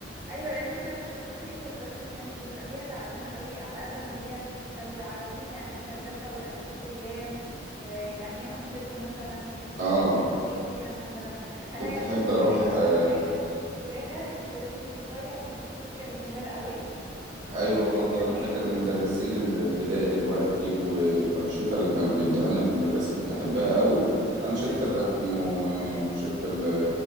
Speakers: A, on the right; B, on the right.
A: ايوه لان احنا كنا بنروح ناكل بس ما كانش بيبقى فيها تعليم قوي على قد ما هي كانوا بيعرفونا يعني ايه مدرسة ويعني ايه التزام ويعني ايه أنشطة مثلا
B: اه
A: وبنمارس ايه فيها مثلا انا
B: كنت
A: بالنسبة
B: أحب أروح
A: لي اكتر
B: آه،
A: حاجة كنت فاكراها المدرسين بتوعي عشان كلهم كانوا جمال قوي
B: أيوة
A: وفاكرة
B: برضو
A: كمان
B: أنا فاكر المدرسين الابتدائي دلوقتي والأنشطة اللي كانوا بيدوها لنا في المدرسة كنت أحبها قوي أنشطة
A: امم
B: الرسم وأنشطة ال-